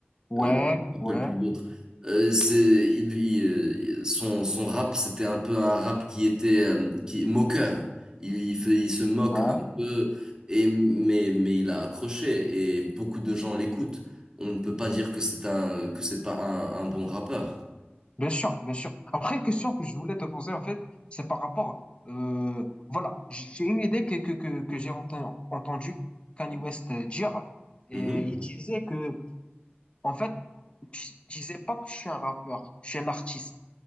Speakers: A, on the left (about 30°); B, on the right (about 15°).
A: ouais
B: euh, je me
A: ouais
B: rappelle plus l'autre. Euh, c'est, il, il, euh, son, son rap, c'était un peu un rap qui était euh, qui, moqueur. Il, il, fait- il se moque
A: ouais
B: un peu, et, mais, mais il a accroché et beaucoup de gens l'écoutent. On ne peut pas dire que c'est un, que c'est pas un, un bon rappeur.
A: Bien sûr, bien sûr. Après, une question que je voulais te poser, en fait, c'est par rapport, euh, voilà, j'ai une idée que, que, que, que j'ai enten- entendu Kanye West euh, dire, et
B: Mhm.
A: il disait que, en fait, je je disais pas que je suis un rappeur, je suis un artiste.